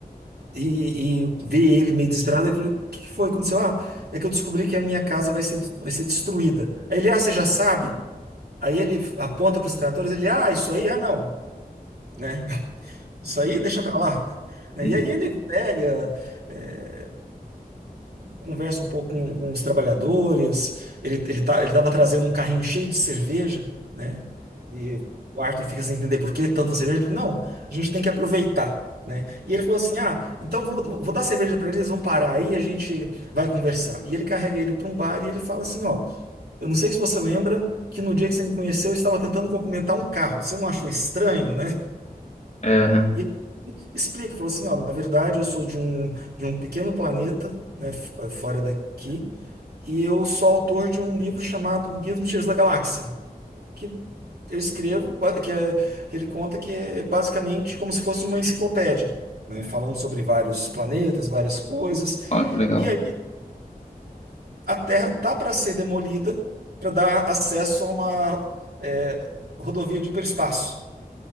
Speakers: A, on the right; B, on the left.
A: e, e vê ele meio desesperado e fala, o que foi? que Aconteceu? Ah, é que eu descobri que a minha casa vai ser, vai ser destruída. Aí ele, ah, você já sabe? Aí ele aponta para os tratores, ele, ah, isso aí, ah, não, né? Isso aí deixa para lá. né?
B: Hum,
A: E aí ele pega, é, conversa um pouco com, com os trabalhadores. Ele, ele tá, ele tava trazendo um carrinho cheio de cerveja, né? E o Arthur fica sem entender por que tanta cerveja. Ele, não, a gente tem que aproveitar. Né? E ele falou assim: Ah, então vamos, vou dar cerveja para eles, eles vão parar aí, a gente vai conversar. E ele carrega ele para um bar e ele fala assim: Ó, eu não sei se você lembra que no dia que você me conheceu, eu estava tentando cumprimentar um carro. Você não achou estranho, né?
B: É,
A: E ele explica, falou assim, ó, na verdade eu sou de um, de um pequeno planeta, né, f- eh, fora daqui, e eu sou autor de um livro chamado Guia dos Mistérios da Galáxia, que eu escrevo, ba- que é, que ele conta que é basicamente como se fosse uma enciclopédia, né, falando sobre vários planetas, várias coisas,
B: ó, que legal.
A: e aí a Terra tá para ser demolida para dar acesso a uma eh, rodovia de hiperespaço.